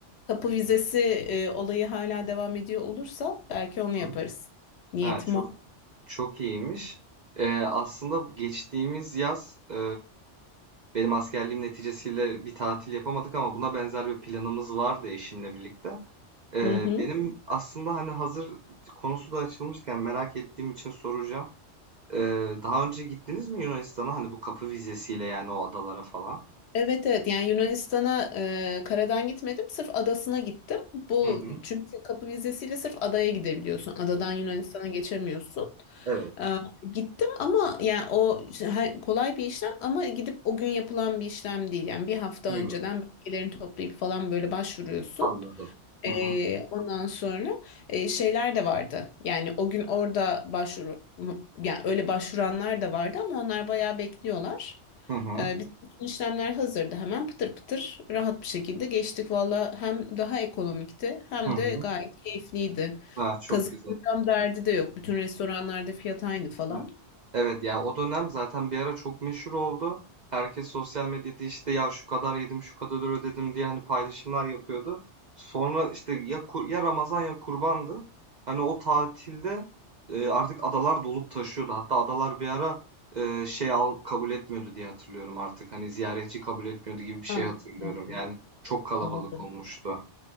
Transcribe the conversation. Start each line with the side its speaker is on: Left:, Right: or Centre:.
Left: Kapı vizesi e, olayı hala devam ediyor olursa belki onu
Right: Hı.
Left: yaparız. Niyetim
Right: Ha, çok
Left: o.
Right: çok iyiymiş. Ee, aslında geçtiğimiz yaz e, benim askerliğim neticesiyle bir tatil yapamadık ama buna benzer bir planımız vardı eşimle birlikte. Ee,
Left: Hı hı.
Right: benim aslında hani hazır konusu da açılmışken merak ettiğim için soracağım. Ee, daha önce gittiniz mi Yunanistan'a? Hani bu kapı vizesiyle yani o adalara falan.
Left: Evet evet yani Yunanistan'a e, karadan gitmedim sırf adasına gittim. Bu
Right: Hı hı.
Left: çünkü kapı vizesiyle sırf adaya gidebiliyorsun. Adadan Yunanistan'a geçemiyorsun.
Right: Evet.
Left: E, gittim ama yani o işte, ha- kolay bir işlem ama gidip o gün yapılan bir işlem değil. Yani bir hafta
Right: Hımm.
Left: önceden belgelerini toplayıp falan böyle başvuruyorsun.
Right: Anladım.
Left: Ee,
Right: Hı hı.
Left: ondan sonra e, şeyler de vardı. Yani o gün orada başvuru yani öyle başvuranlar da vardı ama onlar bayağı bekliyorlar.
Right: Hı hı.
Left: Ee, biz bütün işlemler hazırdı. Hemen pıtır pıtır rahat bir şekilde geçtik. Valla hem daha ekonomikti hem
Right: Hı hı.
Left: de gayet keyifliydi.
Right: A, çok
Left: Kazıklayacağım
Right: güzel.
Left: derdi de yok. Bütün restoranlarda fiyat aynı falan.
Right: Evet. Evet, ya, o dönem zaten bir ara çok meşhur oldu. Herkes sosyal medyada, işte, "Ya, şu kadar yedim, şu kadar ödedim." diye, hani, paylaşımlar yapıyordu. Sonra, işte, ya kur ya Ramazan ya Kurban'dı. Hani, o tatilde, eee, artık adalar dolup taşıyordu. Hatta adalar bir ara, eee, şey al kabul etmiyordu diye hatırlıyorum artık. Hani, ziyaretçi kabul etmiyordu gibi bir şey
Left: Ha,
Right: hatırlıyorum.
Left: yani
Right: Yani çok kalabalık
Left: olabilir.
Right: olmuştu.